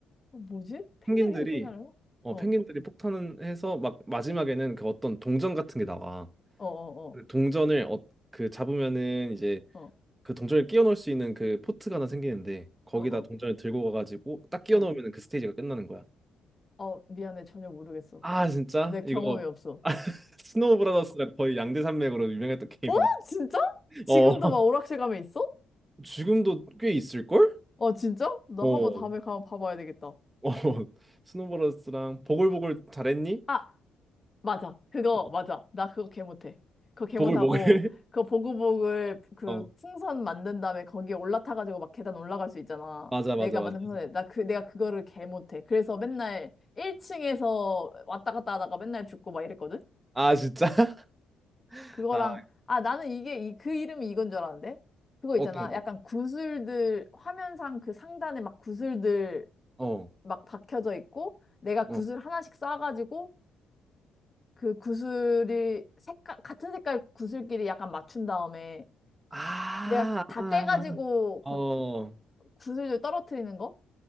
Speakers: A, on the left; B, on the right.
A: 어, 뭐지? 펭귄들이
B: 펭귄들이
A: 폭탄을? 어,
B: 어
A: 어,
B: 펭귄들이 폭탄을 해서 막 마지막에는 그 어떤 동전 같은 게 나와.
A: 어, 어,
B: 그 동전을 어, 그 잡으면은 이제
A: 어,
B: 그 동전을 끼워 넣을 수 있는 그 포트가 하나 생기는데 거기다
A: 어, 어.
B: 동전을 들고 가가지고 딱 끼워
A: 어.
B: 넣으면 그 스테이지가 끝나는 거야.
A: 어, 미안해. 전혀 모르겠어.
B: 아 진짜?
A: 내 경험이
B: 이거
A: 없어.
B: <laughs> 스노우 브라더스랑 거의 양대 산맥으로 유명했던 게임인데.
A: 어? 진짜? 지금도
B: 어 <laughs>
A: 막 오락실 가면 있어?
B: 지금도 꽤 있을걸?
A: 어, 진짜? 나
B: 어,
A: 한번 다음에 가면 봐봐야 되겠다.
B: 어 <laughs> 스노우 브라더스랑 보글보글 잘했니?
A: 아, 맞아. 그거,
B: 어,
A: 맞아. 나 그거 개 못해. 그거 개
B: 보글보글.
A: 못하고,
B: <laughs>
A: 그거 보글보글 그
B: 어
A: 풍선 만든 다음에 거기에 올라타가지고 막 계단 올라갈 수 있잖아.
B: 맞아 맞아
A: 내가
B: 맞아.
A: 만든 풍선에. 나 그, 내가 그거를 개 못해. 그래서 맨날 1층에서 왔다 갔다 하다가 맨날 죽고 막 이랬거든?
B: 아, 진짜? <laughs>
A: 그거랑
B: 아,
A: 아 나는 이게 이, 그 이름이 이건 줄 알았는데 그거 있잖아
B: 어떤 거?
A: 약간 구슬들 화면상 그 상단에 막 구슬들
B: 어,
A: 막 박혀져 있고 내가
B: 어.
A: 구슬 하나씩 쌓아가지고 그 구슬이 색깔 같은 색깔 구슬끼리 약간 맞춘 다음에
B: 아,
A: 내가 다
B: 아,
A: 깨가지고
B: 아.
A: 거-
B: 어,
A: 구슬들 떨어뜨리는 거